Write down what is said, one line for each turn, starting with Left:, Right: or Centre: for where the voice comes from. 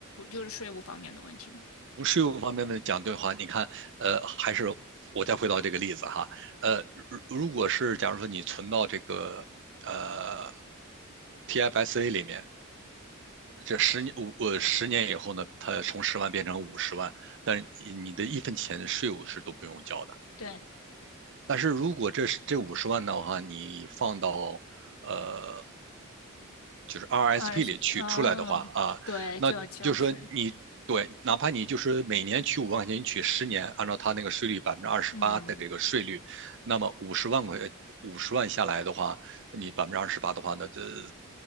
Left: 就是税务方面的问题吗？
Right: 从税务方面的讲的话，你看，呃，还是我再回到这个例子哈，呃，如如果是假如说你存到这个呃 TFSA 里面，这十年五呃十年以后呢，它从十万变成五十万，但是你的一分钱的税务是都不用交的。
Left: 对
Right: 但是如果这这五十万的话，你放到呃就是 RSP
Left: ，RSP，
Right: 里取出来的话啊，
Left: 嗯，对，
Right: 那就是说你对，
Left: 就要交税。
Right: 哪怕你就是每年取五万块钱，你取十年，按照它那个税率百分之二十八的这个税率，
Left: 嗯
Right: 那么五十万块五十万下来的话，你百分之二十八的话呢，那这